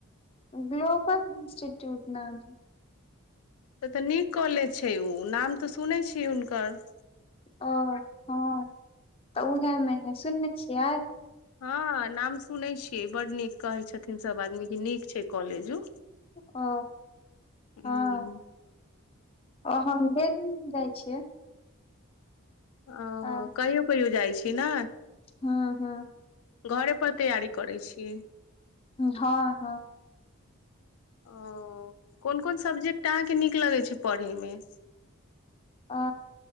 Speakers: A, on the left (about 25°); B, on the left (about 85°).
A: ग्लोबल इन्स्टिट्यूट नाम।
B: तऽ तऽ नीक कॉलेज छै। ओ नाम तऽ सुनैत छी। हुनकर
A: ओ हँ तऽ उह मे ने सुनने छियै।
B: हँ नाम सुनै छियै। बड नीक कहै छथिन सभ आदमी कि नीक छै। कॉलेज ओ
A: ओ
B: हूँ
A: हँ ओ हम देल जाइ छियै।
B: ओ
A: आ
B: कहियो कहियो जाइ छी ने?
A: हँ हँ
B: घरे पर तैयारी करै छियै?
A: हँ हँ
B: ओ कोन कोन सब्जेक्ट अहाँकेँ नीक लगैत छै पढ़यमे?
A: आ